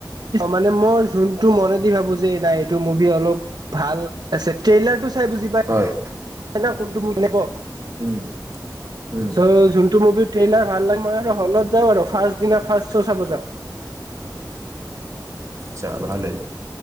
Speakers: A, on the right (about 70°); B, on the right (about 40°).
A: মানে মই যোনটো মনে দি ভাবো যে নাই এইটো মুভি অলপ ভাল আছে ট্ৰেইলাৰটো চাই বুজি পাই
B: হয়
A: ন ন কোনটো ম লব
B: উম উম
A: চ' যোনটো মুভিৰ ট্ৰেইলাৰ ভাল লাগে মই আৰু তলত যাওঁ আৰু ফাষ্ট দিনা ফাৰ্ষ্ট শ চাব যাওঁ।
B: আচ্ছা ভালেই